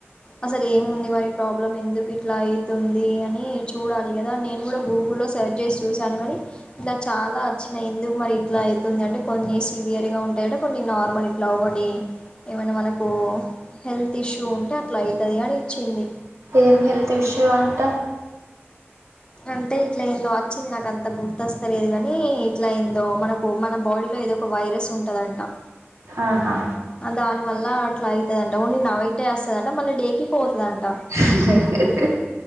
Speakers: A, on the left; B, on the right.
A: అసల్ ఏముంది మరి ప్రాబ్లం ఎందుకు ఇట్లా అయితుంది అని చూడాలి గదా నేను గూడ గూగుల్లో సెర్చ్ జేసీ చూశాను గానీ నక్ చాలా వచ్చినాయి ఎందుకు మరీ ఇట్ ఇట్లాయితుంది అంటే కొన్ని సివియర్ గా ఉంటాయట కొన్ని నార్మల్ ఇట్లా అవుపా డి ఏమైనా మనకు హెల్త్ ఇష్యూ ఉంటే అట్లా అయితది అని ఇచ్చింది
B: ఏం హెల్త్ ఇష్యూ అంట
A: అంటే ఇట్లా ఏందో వచ్చింది నాకంత గుర్తొస్తలేదు గానీ ఇట్లా ఏందో మనకు మనం బాడీలో ఏదో ఒక వైరస్ ఉంటుందంట
B: ఆహా
A: దానివల్ల అట్లా అయితదంట ఓన్లీ నవైటే వస్తదంట మళ్లీ డేకి పోతుందంట
B: హీ హీ హే